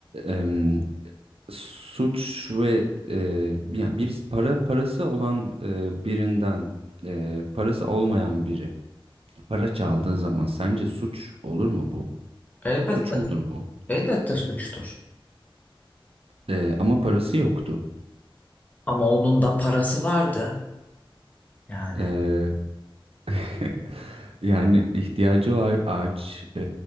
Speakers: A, on the right; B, on the left.
A: em, suç ve e, yani birisi para parası olan e, birinden e, parası olmayan biri para çaldığı zaman sence suç olur mu bu?
B: Elbette,
A: Suç mudur bu?
B: elbette suçtur.
A: E, ama parası yoktu.
B: Ama onun da parası vardı yani.
A: E, <laughs> yani ihtiyacı var aç e,